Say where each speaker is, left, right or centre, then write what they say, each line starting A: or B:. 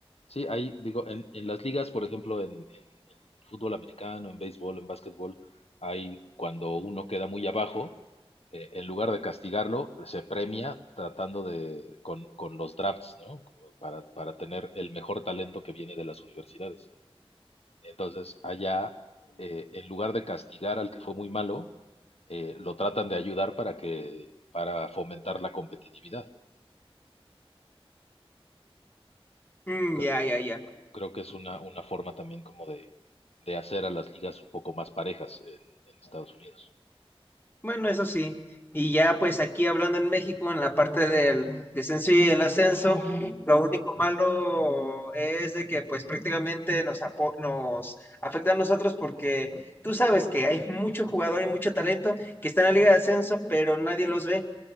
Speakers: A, on the left; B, on the left.
A: Sí, ahí digo, en, en las ligas, por ejemplo, en, en- en fútbol americano, en béisbol, en básquetbol, hay cuando uno queda muy abajo, eh, en lugar de castigarlo, se premia tratando de, con, con los drafts, ¿no? Como Para, para tener el mejor talento que viene de las universidades. Entonces, allá, eh, en lugar de castigar al que fue muy malo, eh, lo tratan de ayudar para que, para fomentar la competitividad.
B: Mm,
A: Creo-
B: ya, ya, ya.
A: Creo que es una, una forma también como de, de hacer a las ligas un poco más parejas en, en Estados Unidos.
B: Bueno, eso sí. Y ya pues aquí hablando en México, en la parte del descenso y el ascenso, lo único malo es de que pues prácticamente nos, apo- nos afecta a nosotros porque tú sabes que hay mucho jugador y mucho talento que está en la liga de ascenso, pero nadie los ve.